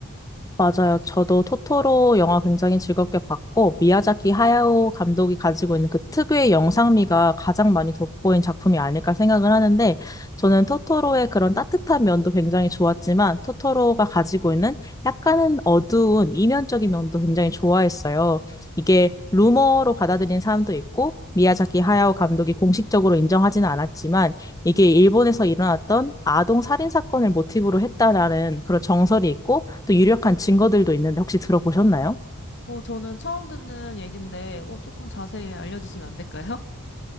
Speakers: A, on the left; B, on the left.
A: 맞아요. 저도 토토로 영화 굉장히 즐겁게 봤고, 미야자키 하야오 감독이 가지고 있는 그 특유의 영상미가 가장 많이 돋보인 작품이 아닐까 생각을 하는데, 저는 토토로의 그런 따뜻한 면도 굉장히 좋았지만, 토토로가 가지고 있는 약간은 어두운 이면적인 면도 굉장히 좋아했어요. 이게 루머로 받아들인 사람도 있고, 미야자키 하야오 감독이 공식적으로 인정하지는 않았지만, 이게 일본에서 일어났던 아동 살인 사건을 모티브로 했다라는 그런 정설이 있고 또 유력한 증거들도 있는데 혹시 들어보셨나요?
B: 어, 저는 처음 듣는 얘긴데, 어, 조금 자세히 알려주시면 안 될까요?